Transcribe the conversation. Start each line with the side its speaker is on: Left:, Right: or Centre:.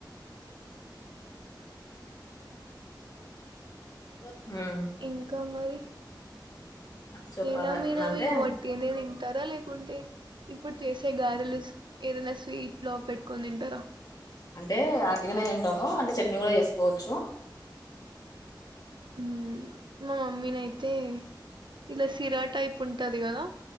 Left: ఉమ్.
Right: ఇంకా మరి.
Left: చెప్పాలి
Right: ఎలా మీరు అవి
Left: అంటే
Right: వాటిగానే తింటారా లేకుంటే. ఇప్పుడు చేసే గారెలు ఏదైనా స్వీట్ లో పెట్టుకొని తింటారా.
Left: అంటే ఆటిగానే తింటాము అంటే చట్నీ కూడా చేసుకోవచ్చు.
Right: ఉమ్ మా మమ్మీనైయితే ఇలా సిరా టైప్ ఉంటది కదా.